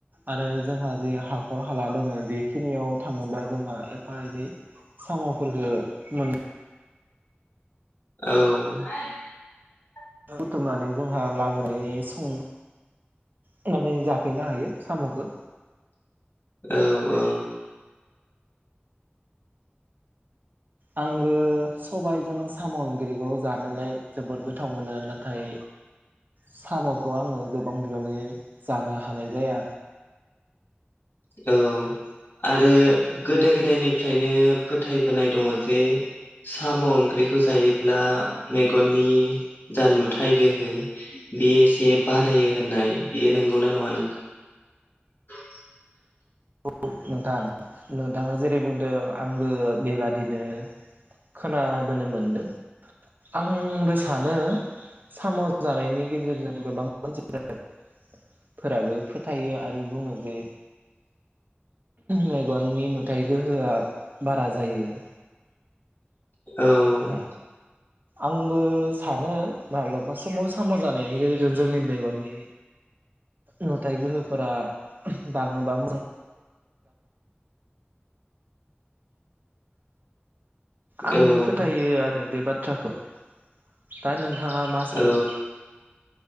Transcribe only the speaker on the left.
औ
औ औ
औ आरो गोदो गोदायनिफ्रायनो फोथायबोनाय दङ जे साम ओंख्रिखौ जायोब्ला मेगननि जा नुथाय गोहो बे एसे बारायो होननाय बेयो नंगौना नङा नोंथां
औ
औ
औ